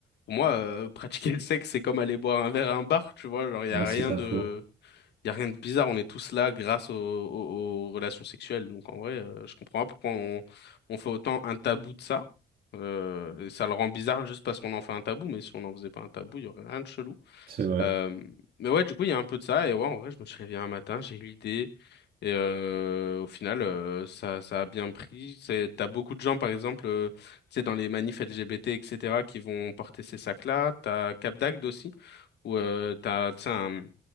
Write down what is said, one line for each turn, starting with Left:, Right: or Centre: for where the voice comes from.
Left: pour moi, euh, <laughs> pratiquer le sexe, c'est comme aller boire un verre à un bar, tu vois. Genre, il
Right: ouais,
Left: y a
Right: c'est
Left: rien
Right: pas
Left: de
Right: faux.
Left: il n'y a rien de bizarre, on est tous là grâce aux, aux- aux relations sexuelles. Donc en vrai, euh, je comprends pas pourquoi on, on fait autant un tabou de ça. Euh, et ça le rend bizarre juste parce qu'on en fait un tabou, mais si on n'en faisait pas un tabou, il y aurait rien de chelou.
Right: C'est vrai.
Left: Euh, mais ouais, du coup, il y a un peu de ça. Et ouais, en vrai, je me suis réveillé un matin, j'ai eu l'idée. Et euh, au final, euh, ça, ça a bien pris. C'est, t'as beaucoup de gens, par exemple, euh, tu sais, dans les manifs LGBT, etc., qui vont porter ces sacs-là. T'as Cap d'Agde aussi où euh, t'as, tu sais, un,